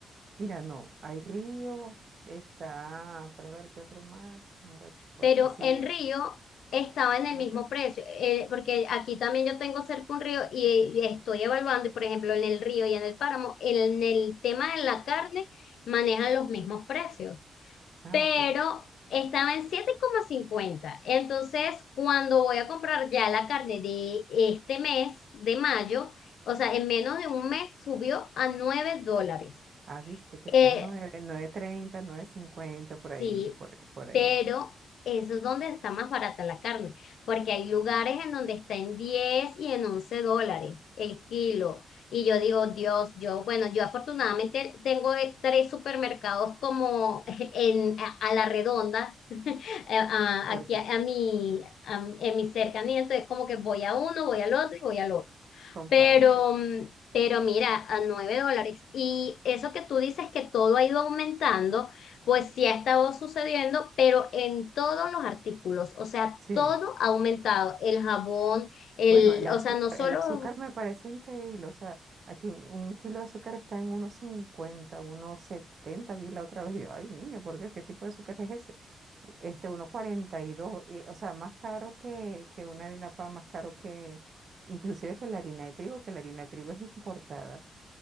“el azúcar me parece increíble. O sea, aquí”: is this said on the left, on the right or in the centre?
Right